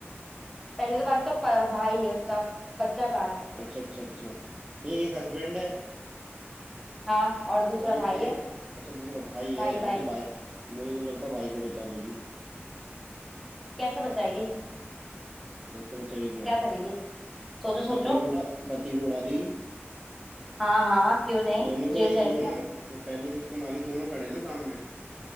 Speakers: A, in the centre; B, on the right (about 20°).
A: पहले तो बात तो प- भाई है उसका बच्चा कहाँ है
B: अच्छा अच्छा अच्छा नहीं एक हस्बैंड है
A: हाँ और दूसरा
B: और एक
A: भाई
B: कौन
A: है
B: है अच्छा दूसरा भाई
A: भाई
B: है हाँ
A: भाई
B: तो भाई मुझे तो लगता है भाई को बचा लेगी
A: कैसे बचाएगी
B: कैसे बचाएगी क्या
A: क्या करेगी सोचो
B: पति
A: सोचो
B: को उड़ा पति को उड़ा देगी
A: हाँ हाँ क्यों नहीं
B: दोनों को
A: जेल
B: एक
A: जाएगी
B: दोनों
A: ना
B: पहले किसको मारी दोनों खड़े ना सामने